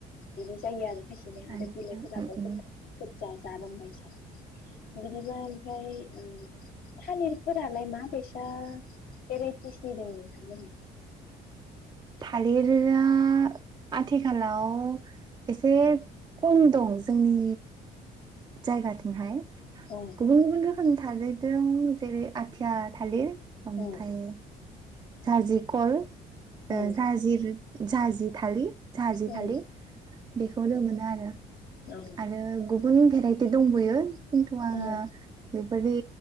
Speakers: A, on the left (about 65°); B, on the right (about 25°).
A: इदि जायो आरो। खायसेनिया
B: आतसा
A: आरो बिलाइफोराबो
B: उम उम
A: <unintelligible> जा-जारोमबायसा बिदिबा ओमफ्राय उम्म थालिरफोरालाय माबायसि दा भेराइटिसनि दं नोंथां मोननाव
B: थालिरआ आथिखालाव एसे खम दं जोंनि जायगाथिंहाय।
A: औ
B: गुबुन गुबुन रोखोमनि थालिर दं जेरै आथिया थालिर ओमफ्राय
A: औ
B: साजि खल ओ
A: औ
B: साजिर जाजि थलि साजि
A: औ
B: खालि बेखौनो मोनो आरो
A: औ
B: आरो गुब गुबुन भेराइटि दंबयो। खिन्थु आंङो
A: औ
B: <unintelligible> बेबायदि